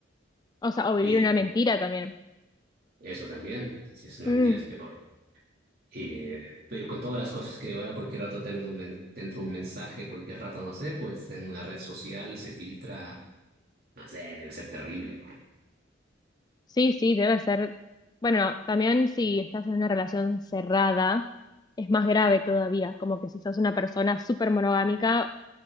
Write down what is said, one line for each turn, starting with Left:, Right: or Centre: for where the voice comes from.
Left: O sea, o
Right: Y
Left: vivir una mentira también.
Right: eso también, si es una
Left: Mm.
Right: mentira, es peor. Eh, pero con todas las cosas que ahora cualquier rato tienes un men- te entra un mensaje, cualquier rato, no sé, pues en una red social se filtra, no sé, debe ser terrible ahora.
Left: Sí, sí, debe ser. Bueno, también si estás en una relación cerrada, es más grave todavía, como que si sos una persona súper monogámica,